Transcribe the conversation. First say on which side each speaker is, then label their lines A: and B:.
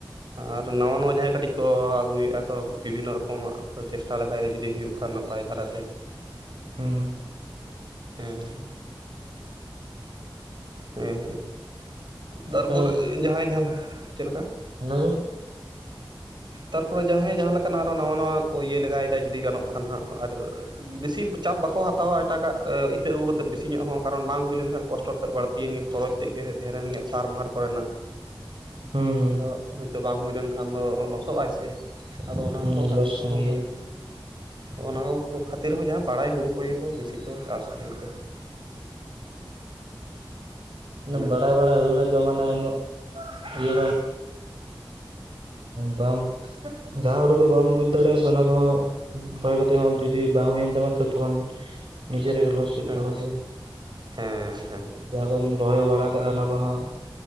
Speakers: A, on the right; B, on the right.
A: ᱟᱨ ᱱᱟᱣᱟ ᱱᱟ ᱡᱟᱦᱟᱸᱭ ᱠᱟᱹᱴᱤᱡᱼᱼ ᱠᱚ ᱟᱹᱜᱩᱭᱮᱫᱼᱟ ᱠᱚ ᱵᱤᱵᱷᱤᱱᱱᱚ ᱨᱚᱠᱚᱢᱟᱜ ᱠᱚ ᱪᱮᱥᱴᱟ ᱞᱮᱠᱷᱟ ᱫᱚ ᱡᱩᱫᱤ ᱦᱩᱭᱩᱜ ᱠᱷᱟᱱ ᱱᱟᱯᱟᱭ ᱫᱷᱟᱨᱟᱛᱮ,
B: ᱦᱮᱸ
A: ᱦᱮᱸ ᱦᱮᱸ
B: ᱛᱟᱯᱮ
A: ᱛᱟᱨᱯᱚᱨ ᱡᱟᱦᱟᱸᱭ ᱡᱟᱦᱟᱸ ᱪᱮᱫ ᱞᱮᱠᱟ?
B: ᱦᱮᱵᱤᱵ
A: ᱛᱟᱨᱯᱚᱨᱮ ᱡᱟᱦᱟᱸᱭ ᱡᱟᱦᱟᱸ ᱞᱮᱠᱟᱱᱟᱜ ᱟᱨᱚ ᱱᱟᱣᱟ ᱱᱟᱣᱟ ᱠᱚ ᱤᱭᱟᱹ ᱞᱮᱜᱟᱭᱮᱫᱟ ᱡᱩᱫᱤ ᱜᱟᱱᱚᱜ ᱠᱷᱟᱱ ᱦᱟᱸᱜ ᱟᱨᱼᱼ ᱵᱮᱥᱤ ᱪᱟᱯ ᱵᱟᱠᱚ ᱦᱟᱛᱟᱣᱟ ᱮᱴᱟᱜᱟᱜ ᱤᱛᱟᱹ ᱟᱹᱜᱩ ᱠᱟ ᱠᱟᱛᱮᱮᱫ ᱵᱮᱥᱤ ᱧᱚᱜ ᱦᱚᱸ ᱠᱟᱨᱚᱱ ᱵᱟᱝ ᱦᱩᱭ ᱞᱮᱱᱠᱷᱟᱱ ᱠᱚᱥᱴᱚ ᱛᱮᱫ ᱵᱟᱹᱲᱼᱼ ᱞᱟᱹᱛᱤᱭᱮᱱ ᱜᱮ ᱠᱷᱚᱨᱚᱪ ᱛᱮᱫ ᱜᱮ ᱰᱷᱮᱨᱱ ᱜᱮᱭᱟ ᱥᱟᱨᱢᱟᱨ ᱠᱚᱨᱮᱱᱟᱜ
B: ᱦᱩᱸ ᱦᱩᱸ
A: ᱟᱫᱚ ᱦᱳᱭᱛᱳ ᱵᱟᱝ ᱦᱩᱭ ᱞᱮᱱᱠᱷᱟᱱ ᱫᱚ ᱞᱚᱥᱚᱜᱟᱭ ᱥᱮ ᱟᱫᱚ ᱚᱱᱟ
B: ᱦᱩᱸ
A: ᱠᱚ ᱠᱷᱟᱹᱛᱤᱨ
B: ᱞᱚᱥ
A: ᱛᱮᱦᱚᱸᱼᱼ
B: ᱠᱟᱱ ᱜᱮᱭᱟ
A: ᱜ ᱚᱱᱟ ᱠᱚ ᱠᱷᱟᱹᱛᱤᱨ ᱦᱚᱸ ᱡᱟᱦᱟᱸ ᱵᱟᱲᱟᱭ ᱦᱩᱲᱩ ᱠᱚᱜᱮ ᱠᱚ ᱵᱮᱥᱤ ᱠᱚ ᱪᱟᱥ ᱛᱟᱦᱮᱱ ᱠᱚ ᱦᱩᱸ
B: ᱚ ᱵᱟᱲᱟᱭ ᱵᱟᱲᱟᱭ ᱦᱩᱭ ᱠᱷᱟᱱᱡ ᱫᱚ ᱢᱟᱱᱮ ᱩᱱᱟᱹᱜ ᱤᱭᱟᱹᱼᱼ ᱵᱟᱢ ᱡᱟᱦᱟᱸ ᱦᱩᱲᱩ ᱠᱚ ᱵᱟᱢ ᱵᱩᱡ ᱫᱟᱲᱮᱭᱟᱜᱼᱟ ᱥᱮ ᱚᱱᱟ ᱠᱚᱦᱚᱸᱼᱼ ᱨᱚᱦᱚᱭ ᱠᱟᱛᱮ ᱦᱚᱸ ᱡᱩᱫᱤ ᱵᱟᱝ ᱦᱩᱭᱮᱱ ᱛᱟᱢᱟ ᱛᱚ ᱛᱚᱠᱷᱚᱱ ᱱᱤᱡᱮᱨᱟᱜ ᱞᱚᱥ ᱦᱩᱭᱩᱜ
A: ᱦᱮᱸ
B: ᱛᱟᱢᱟ ᱥᱮ,
A: ᱦᱮᱸ
B: ᱡᱟᱦᱟᱸ ᱠᱚᱢ ᱨᱚᱦᱚᱭ ᱵᱟᱲᱟ ᱠᱟᱜᱼᱟ ᱚᱱᱟ ᱠᱚᱦᱚᱸ